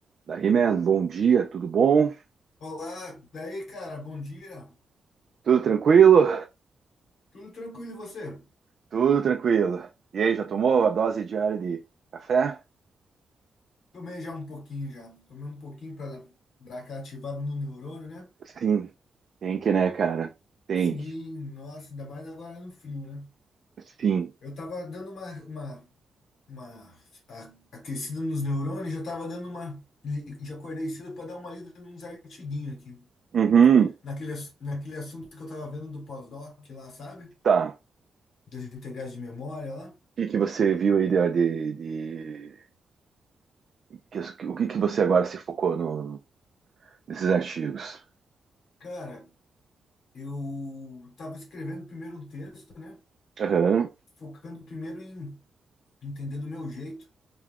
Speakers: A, on the right (about 60°); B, on the left (about 75°).
A: Da He-Man, bom dia, tudo bom?
B: Olá, daí, cara, bom dia.
A: Tudo tranquilo?
B: Tudo tranquilo e você?
A: Tudo tranquilo. E aí, já tomou a dose diária de café?
B: Tomei já um pouquinho já. Tomei um pouquinho para dar aquela ativada no neurônio, né?
A: Sim, tem que, né, cara? Tem
B: Sim,
A: que.
B: nossa, ainda mais agora no frio, né?
A: Sim.
B: Eu tava dando uma, uma, uma a- aquecida nos neurônios, já tava dando uma. li- Já acordei cedo para dar uma lida nos artiguinhos aqui.
A: Uhum.
B: Naquele, ass- naquele assunto que eu tava vendo do pós-doc lá, sabe?
A: Tá.
B: Das integrais de memória lá.
A: O que que você viu aí de, de, de- que- O que que você agora se focou no, nesses artigos?
B: Cara, eu tava escrevendo primeiro um texto, né?
A: Aham.
B: focando primeiro em entender do meu jeito,